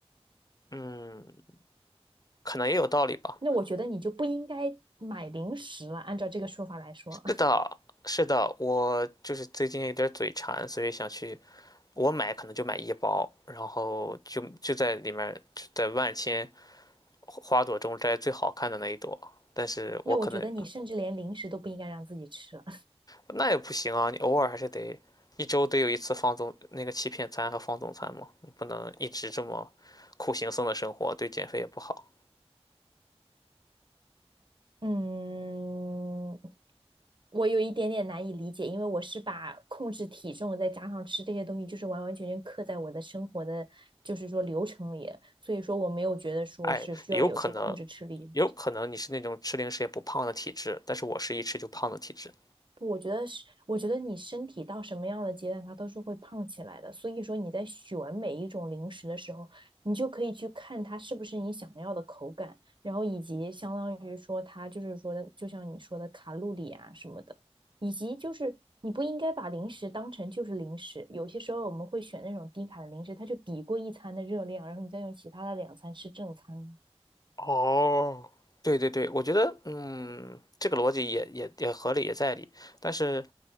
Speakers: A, on the left (about 35°); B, on the right (about 45°).
A: 嗯，可能也有道理吧。
B: 那我觉得你就不应该买零食了，按照这个说法来说，
A: 是的，
B: <laughs>
A: 是的，我就是最近有点嘴馋，所以想去。我买可能就买一包，然后就就在里面就在万千花朵中摘最好看的那一朵。但是我可能
B: 那我觉得你甚至连零食都不应该让自己吃了。
A: 那也不行啊，你偶尔还是得一周得有一次放纵那个欺骗餐和放纵餐嘛，你不能一直这么苦行僧的生活，对减肥也不好。
B: <laughs> 嗯，我有一点点难以理解，因为我是把控制体重再加上吃这些东西，就是完完全全刻在我的生活的，就是说流程里，所以说我没有觉得说是需要有去控制吃力，
A: 哎，有可能，有可能你是那种吃零食也不胖的体质，但是我是一吃就胖的体质。
B: 不，我觉得是，我觉得你身体到什么样的阶段，它都是会胖起来的。所以说你在选每一种零食的时候，你就可以去看它是不是你想要的口感，然后以及相当于说它就是说的，就像你说的卡路里啊什么的，以及就是你不应该把零食当成就是零食。有些时候我们会选那种低卡的零食，它就抵过一餐的热量，然后你再用其他的两餐吃正餐。
A: 哦，对对对，我觉得，嗯，这个逻辑也也也合理，也在理。但是